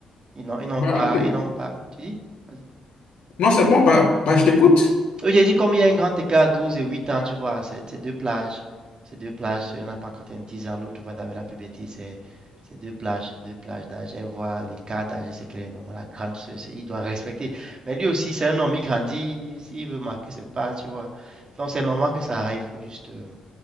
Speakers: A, on the right; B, on the left.
A: Ils n'ont, ils n'ont
B: Bah,
A: pas,
B: ok.
A: ils n'ont pas. Tu dis? Vas-y.
B: Non, c'est bon, bah, bah, je t'écoute.
A: Oui, j'ai dit comme il y a un grand écart, 12 et 8 ans, tu vois, c'est c'est deux plages. Ces deux plages, celui-là n'a pas encore atteint 10 ans, l'autre va vers la puberté, c'est c'est deux plages, deux plages d'âge. Elle voit l'écart d'âge, c'est qu'elle est vraiment la grande sœur, c'est- il doit respecter. Mais lui aussi, c'est un homme, il grandit, s'il veut marquer ce pas, tu vois. Donc c'est normal que ça arrive, faut juste... euh,